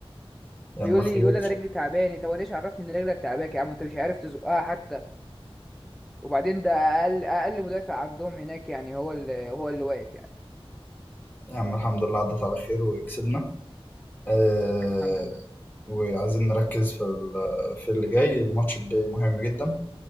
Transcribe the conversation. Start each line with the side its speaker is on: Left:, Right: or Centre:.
Left: يلا
Centre: بيقول
Left: خير
Centre: لي يقول لي انا رجلي تعباني طب انا ايش عرفني ان رجلك تعباك يا عم انت مش عارف تزقها حتى وبعدين ده اقل اقل مدافع عندهم هناك يعني هو اللي هو اللي واقف يعني
Left: يا عم الحمد لله عدت على خير وكسبنا آه
Centre: الحمد لله
Left: وعايزين نركز في ال- في اللي جاي الماتش الجاي مهم جدا